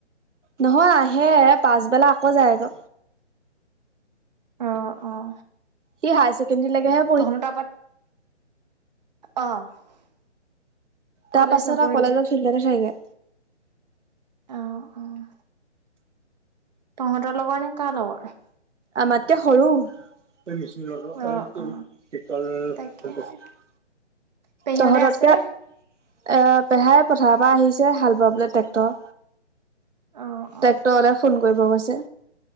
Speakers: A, on the right (about 80°); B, on the right (about 35°).
A: নহয়, আহে। পাছবেলা আকৌ যায় আকৌ।
B: অ' অ'!
A: সি হায়াৰ ছেকেণ্ডাৰী লৈকেহে
B: তহঁতৰ তাৰপৰা, অ'!
A: তাৰপাছত
B: কলেজ নপঢ়িলে
A: আৰু কলেজৰ ফিল্ডতে থাকেগে।
B: অ' অ'! তহঁতৰ লগৰ নে, কাৰ লগৰ?
A: আমাতকে সৰু। <unintelligible>
B: অ অ তাকেহে পেহীহঁতে
A: তহঁততকে
B: আছেনে?
A: এ, পেহাই পথাৰৰ পৰা আহিছে, হাল বাবলে টেক্টৰ।
B: অ অ
A: টেক্টৰলে ফোন কৰিব কৈছে।